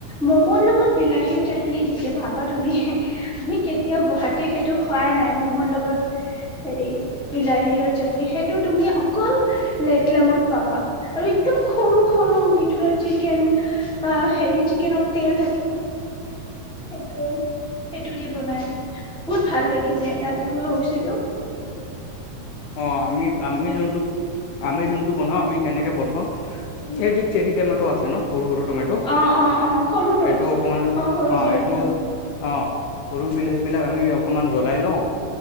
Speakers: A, in the centre; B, on the left (about 75°).
A: ম'মৰ লগত বিলাহী চাটনি দিছে বাবা তুমি। আমি কেতিয়াও গুৱাহাটীত সেইটো খোৱাই নাই মমৰ লগত। হেৰি বিলাহী আৰু চাটনি সেইটো তুমি অকল লেট লমত পাবা আৰু একদম সৰু-সৰু ভিতৰত চিকেন বা হেৰি চিকেনৰ তেল থাকিব সেইটো-সেইটো দি বনাই বহুত ভাল লাগিছে ৰাতিপুৱা হ <unintelligible>
B: অ আমি-আমি যোনটো আমি যোনটো বনাও আমি কেনেকে বনাও এই যে চেৰি টমেট' আছে ন সৰু-সৰু টমেট',
A: অ অ অ সৰু টমা
B: এইটো অকণমান
A: অ সৰু
B: অঁ
A: বিলাহী
B: এইটো অঁ সৰু বিলাহীবিলাক আমি অকণমান জ্বলাই লওঁ,